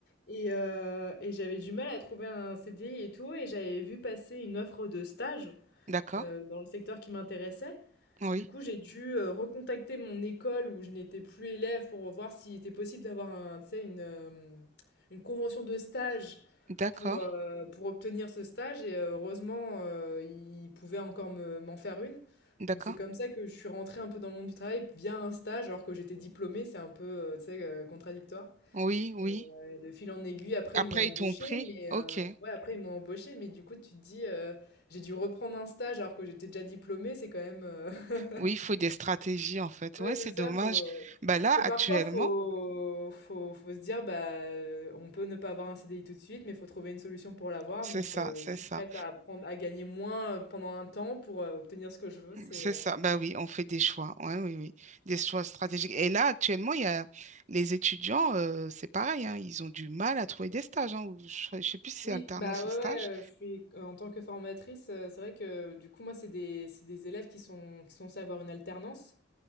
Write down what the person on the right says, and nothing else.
D'accord,
oui,
d'accord,
d'accord.
Oui, oui.
Après,
ils t'ont pris?
Ok.
Oui, il faut des stratégies en fait.
Ouais,
c'est
dommage.
Bah là,
actuellement,
c'est
ça,
c'est
ça,
c'est
ça. Bah oui, on fait des choix. Ouais, oui, oui, des choix stratégiques. Et là, actuellement, il y a les étudiants, euh, c'est pareil, hein, ils ont du mal à trouver des stages. hein, ou je, ne sais plus si c'est
alternance
ou stage.